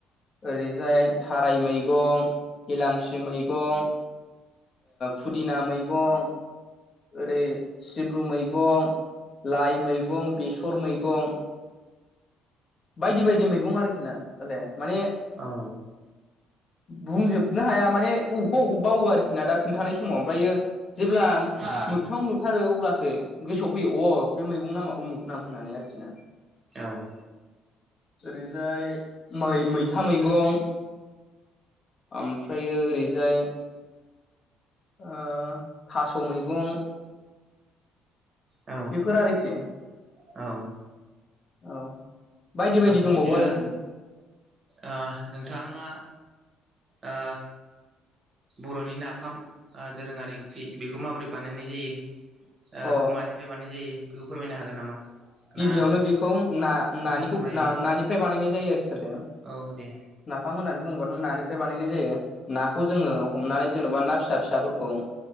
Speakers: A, on the left; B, on the right.
A: ओरैजाय थाराय मैगं गिलांसि मैगं। फुदिना मैगं ओरै सिब्रु मैगं लाइ मैगं बेसर मैगं। बायदि बायदि मैगं आरोखि ना साल थे माने
B: औ
A: बुंजोबनो हाया माने अबेखौबा अबेखौ बावो आरोखि ना दा खोनन्थानाय समाव ओमफ्रायो जेब्ला
B: औ
A: मोगथाङाव नुथारो अब्लासो गोसोआव फैयो अ बे मैगं नामा उमुख नाम होननानै आरोखि ना
B: औ।
A: ओरैजाय मै मैथा मैगं। ओमफ्रायो ओरैजाय ओ थास' मैगं।
B: औ
A: बेफोर आरोखि।
B: औ।
A: औ। बायदि बायदि दंबावो
B: बिदिब्ला
A: आरोखि
B: ओ नोंथाङा ओ बर'नि नाफाम दोरोङारि ओंख्रि बेखौ माबोरै बानायनाय जायो?
A: अ
B: बेखौ मानिफ्राय बानाय जायो बेखौ फोरमायनो हागोन नामा? ना
A: गिबियावनो बेखौ ना नानिखौ
B: आं फोरमायनो
A: नानिफ्राय बानायनाय जायो आरोखि सालथे
B: औ दे
A: नाफाम होननानै बुङोबाथ नों नानिफ्राय बानायनाय जायो। नाखौ जोङो हमनानै जेन'बा ना फिसा फिसाफोरखौ